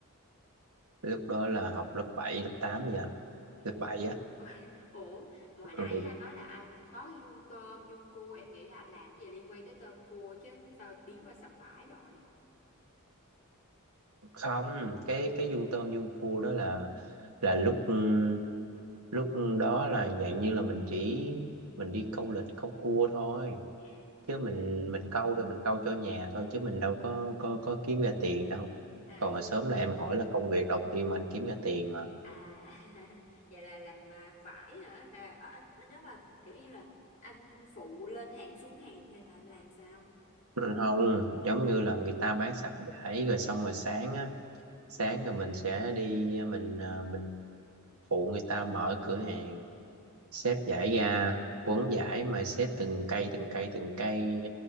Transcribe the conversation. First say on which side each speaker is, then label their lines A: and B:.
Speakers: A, on the right; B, on the left.
A: lúc đó là học lớp 7, lớp 8 nha
B: Ừ.
A: lớp 7 á
B: <laughs> Ủa, mà hồi nãy
A: Ừ,
B: anh nói là anh có cái dung tôm, dung cua, em nghĩ là anh làm gì liên quan tới tôm cua chứ, sao biến qua sập vải rồi?
A: không cái cái vuông tôm vuông cua đó là là lúc ừm, lúc đó là dạng như là mình chỉ mình đi câu lịch câu cua thôi
B: À,
A: chứ mình mình câu thì mình câu cho nhà thôi chứ mình đâu có có có kiếm ra tiền đâu
B: à,
A: còn mà sớm là em hỏi là công việc đầu tiên mà anh kiếm ra tiền mà
B: à <laughs> vậy là làm à, vải hả? Là ở anh nếu mà kiểu như là anh phụ lên hàng xuống hàng hay là anh làm sao?
A: Ừ, không giống như là người ta bán sạp vải rồi xong rồi sáng á sáng rồi mình sẽ đi mình ờ, mình phụ người ta mở cửa hàng xếp vải ra quấn vải mà xếp từng cây từng cây từng cây